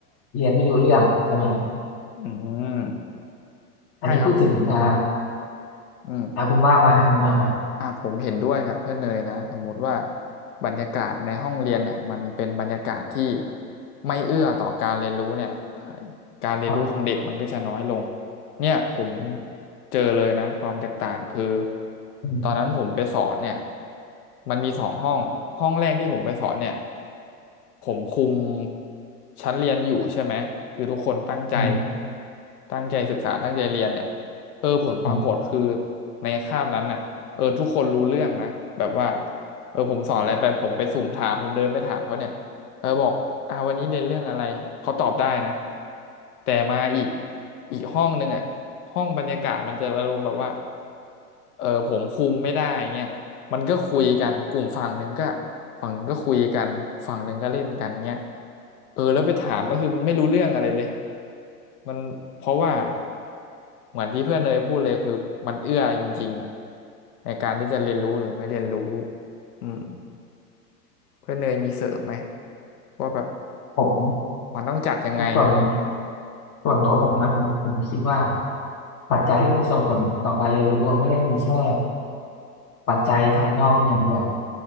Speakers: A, on the left; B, on the left.
A: เรียนไม่รู้เรื่องใช่ไหมครับ
B: อืม
A: อันนี้พูดถึงอ่า
B: ใช่ครับผมอืม
A: อ่าคุณว่ามาให้คุณว่ามา
B: อ่าผมเห็นด้วยกับเพื่อนเนยนะสมมติว่าบรรยากาศในห้องเรียนเนี่ยมันเป็นบรรยากาศที่ไม่เอื้อต่อการเรียนรู้เนี่ยเอ่อการเรียนรู้ของเด็กมันก็จะน้อยลง
A: ครับ
B: เนี่ยผมเจอเลยนะความแตกต่างคือ
A: อืม
B: ตอนนั้นผมไปสอนเนี่ยมันมีสองห้องห้องแรกที่ผมไปสอนเนี่ยผมคุมชั้นเรียนอยู่ใช่ไหมคือทุกคนตั้งใจ
A: อืม
B: ตั้งใจศึกษาตั้งใจเรียนเนี่ยเออผลปรากฏคือ
A: ครับ
B: ในคาบนั้นน่ะ เออทุกคนรู้เรื่องนะแบบว่าเออผมสอนอะไรไปผมไปสุ่มถามผมเดินไปถามเขาเนี่ยเออบอกอ่าวันนี้เรียนเรื่องอะไรเขาตอบได้นะแต่มาอีกอีกห้องหนึงอ่ะห้องบรรยากาศมันจะอารมณ์แบบว่าเออผมคุมไม่ได้เงี้ย มันก็คุยกันกลุ่มฝั่งหนึ่งก็ฝั่งหนึ่งก็คุยกันฝั่งหนึ่งก็เล่นกันเงี้ยเออแล้วไปถามก็คือมันไม่รู้เรื่องอะไรเลยมันเพราะว่าเหมือนที่เพื่อนเนยพูดเลยคือมันเอื้อจริงๆในการที่จะเรียนรู้หรือไม่เรียนรู้อืมเพื่อนเนยมีเสริมไหมว่าแบบ
A: ผม
B: มันต้องจัดยังไงอะไรเงี้ย
A: ในส่วนส่วนตัวผมนะผมผมคิดว่าปัจจัยที่มันส่งผลต่อการเรียนรู้อะไม่ได้มีแค่ปัจจัยภายนอกเพียงอย่างเดียว